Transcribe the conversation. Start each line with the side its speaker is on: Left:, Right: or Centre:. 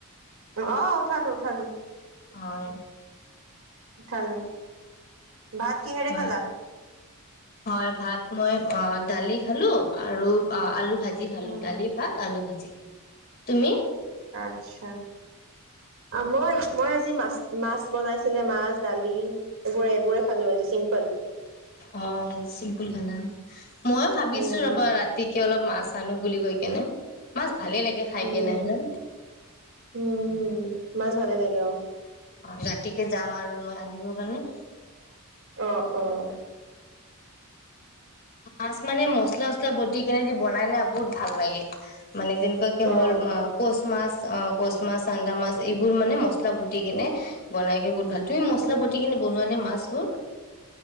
Right: অ', উঠালো, উঠালো।
Left: হয়।
Right: উঠালো। ভাত কিহেৰে
Left: হয়
Right: খালা?
Left: হয়। ভাত মই অ দালি খালো আৰু আলু ভাজি খালো,
Right: উম
Left: দালি ভাত আলু ভাজি। তুমি?
Right: আচ্ছ। মই মই আজি মাছ মাছ বনাইছিলো, মাছ দালি এইবোৰে এইবোৰে খালো, আজি চিম্পল।
Left: হয় চিম্পল খানা। ময়ো ভাবিছো
Right: উম
Left: ৰ'বা ৰাতিকে অলপ মাছ আনো বুলি কৈ কেনে, মাছ ভালে লাগে খাই
Right: উম
Left: কেনে হে ন
Right: উম হম। মাছ ভালে লাগে অ
Left: অ' ৰাতিকে যাম আৰু। হয়। আনিবৰ কাৰনে
Right: অ' অ'
Left: মাছ মানে মচলা চচলা বতি কিনেদি বনাই না বহুত ভাল লাগে। মানে যেনেকুৱাকে
Right: অ
Left: হ'ল কচ মাছ অ' কচ মাছ, চান্দা মাছ, এইবোৰ মানে মছলা বতি কিনে বনাই কৰি বহুত ভাল তুমি মছলা
Right: উম
Left: বতি কিনে বনোৱা নে মাছবোৰ?